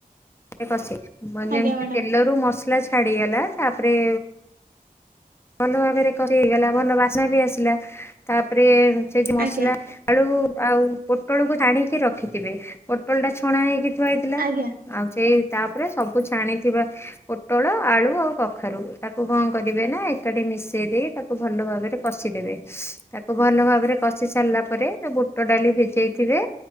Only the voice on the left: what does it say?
କଶେ ଯେମତି
ତେଲରୁ ମସଲା ଛାଡିଗଲା ତାପରେ ଭଲ ଭାବରେ କଷୀ ହେଇଗଲା ଭଲ ବାସ୍ନା ବି ଆସିଲା ତାପରେ ସେ ଯଉ ମସଲା
ଆଳୁ ଆଉ ପୋଟଳକୁ ଛାଣିକି ରଖିଥିବେ ପୋଟଳଟା ଛଣା ହେଇକି ଥୁଆ ହେଇଥିଲା।
ଆଉ ସେଇ ତାପରେ ସବୁ ଛାଣିଥିବା। ପୋଟଳ ଆଳୁ ଆଉ କଖାରୁ ତାକୁ କଣ କରିବେ ନା ଏ ଏକାଠି ମିଶେଇ ଦେଇ ତାକୁ ଭଲ ଭାବରେ କଷିଦେବେ ତାକୁ ଭଲ ଭାବରେ କସ କଷିସାରିଲା ପରେ ଯୋଉ ବୁଟ ଡାଲି ଭିଜେଇଥିବେ